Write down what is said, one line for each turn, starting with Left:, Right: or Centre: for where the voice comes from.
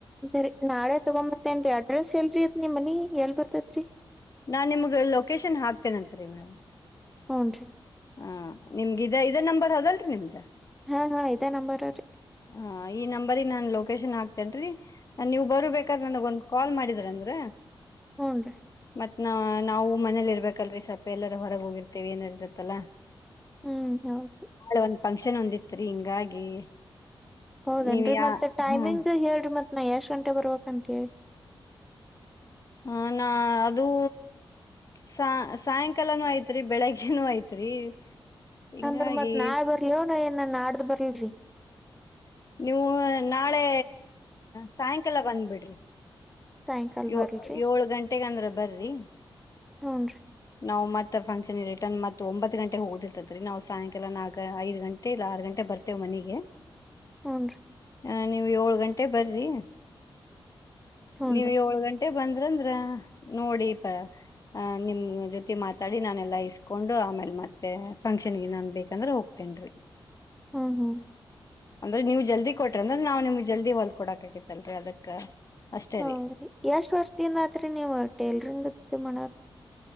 Centre: ರಿ ನಾಳೆ ತಗೊಂಬರ್ತೇನ್ ಅಡ್ರೆಸ್ ಎಲ್ರಿ ಅತ್ ನಿ ಮನಿ ಎಲ್ ಬರ್ತತ್ರಿ.
Left: ನಾನ್ ನಿಮ್ಗ ಲೊಕೇಶನ್ ಹಾಕ್ತೇತನೇರಿ ಮೇಡಮ್.
Centre: ಹ್ಮ್ ರಿ.
Left: ಹ ನಿಮ್ಗ ಇದ ನಂಬರ್ ಅದಲ್ರರಿ ನಿಮ್ದ.
Centre: ಹಾ ಹಾ ಇದೇ ನಂಬರ್ ರೀ.
Left: ಹ ಈ ನಂಬರಿಗೆ ನಾನ್ ಲೊಕೇಶನ್ ಹಾಕ್ತೆನ್ರಿ. ನೀವು ಬರು ಬೇಕಾದ್ರೆ ನನಗ ಒಂದ್ ಕಾಲ್ ಮಾಡಿದ್ರ ಅಂದ್ರ.
Centre: ಹ್ಮ್ ರೀ.
Left: ಮತ್ ನ ನಾವು ಮನೇಲಿ ಇರ್ಬೇಕಲ್ರೀ ಸ್ವಲ್ಪ ಎಲ್ಲಾರ ಹೊರಗೆ ಹೋಗಿರ್ತೇವಿ ಏನ ಇರ್ತತ್ತಲ್ಲಾ.
Centre: ಹ್ಮ್ ಹೌದ್ರರಿ.
Left: ನಾಳೆ ಒಂದ್ ಫಂಕ್ಷನ್ ಒಂದಿತ್ರಿ ಹಿಂಗಾಗಿ.
Centre: ಹೌದೇನ್ರರಿ
Left: ನೀವ್ ಯಾ
Centre: ಮತ್ತ ಟೈಮಿಂಗ್
Left: ಹಾ
Centre: ಹೇಳ್ರರಿ ಮತ್ ನಾ ಎಷ್ಟ್ ಗಂಟೆ ಬರ್ಬೇಕ ಅಂತ ಹೇಳಿ.
Left: ಹ ನಾ ಅದುೂ. ಸ ಸಾಯಂಕಾಲನೂ ಐತ್ರಿ ಬೆಳಿಗ್ಗನೂ ಐತ್ರಿ. ಹಿಂಗಾಗಿ
Centre: ಅಂದ್ರ ಮತ್ ನಾಳ ಬರ್ಲಿವ ಏನ ನಾಡ್ದ ಬರ್ಲ್ರರಿ.
Left: ನೀವು ನಾಳೆ ಸಾಯಂಕಾಲ ಬಂದ್ಬಿಡ್ರಿ.
Centre: ಸಾಯಂಕಾಲ
Left: ಯ
Centre: ಬರ್ಲ್ರಿ
Left: ಏಳ್ ಗಂಟೆಗ ಅಂದ್ರ ಬರ್ರಿ.
Centre: ಹ್ಮ್ ರಿ.
Left: ನಾವ್ ಮತ್ತ ಫಂಕ್ಷನ್ ರಿಟರ್ನ್ ಮತ್ತ ಒಂಬತ್ ಗಂಟೆ ಹೋಗದಿರ್ತೇತ್ರಿ ನಾವ್ ಸಾಯಂಕಾಲ ನಾಲ್ಕ್ ಐದ ಗಂಟೆ ಇಲ್ಲ ಆರ್ ಗಂಟೆ ಬರ್ತವಿ. ಮ ಮನಗೆ.
Centre: ಹ್ಞನ್ ರೀ
Left: ಹ ನೀವ್ ಏಳ್ ಗಂಟೆ ಬರ್ರಿ
Centre: ಹೂನ್ರಿ
Left: ನೀವ್ ಏಳ್ ಗಂಟೆ. ಮೆ ಬಂದ್ರಂದ್ರ ನೋಡಿ ಪ ನಿಮ. ಜೊತೆ ಮಾತಾಡಿ ನಾನೆಲ್ಲ ಇಸ್ಕೊಂಡು ಆಮೇಲೆ ಮತ್ತೆ ಫಂಕ್ಷನ್ಗೆ ನಾನು ಬೇಕಂದ್ರೆ ಹೋಗ್ತೇನ ರೀ.
Centre: ಹ್ಮ್ ಹ್ಮ್.
Left: ಅಂದ್ರೆ ನೀವವು ಜಲ್ದಿ ಕೊಟ್ರಿ ಅಂದ್ರೆ ನಾವ್ ನಿಮ್ಗ್ ಜಲ್ದಿ ಹೊಲ್ಕ ಕೊಡಕ್ ಆಗತ್ತಲ್ರರಿ ಅದಕ್ ಅಷ್ಟೇ
Centre: ಹೌದ್ರಿ
Left: ರೀ.
Centre: ಎಷ್ಟ್ ವರ್ಷದಿಂದ ಆತರಿ ನೀವು ಟೇಲರಿಂಗ್ ಮಾಡಕತ್.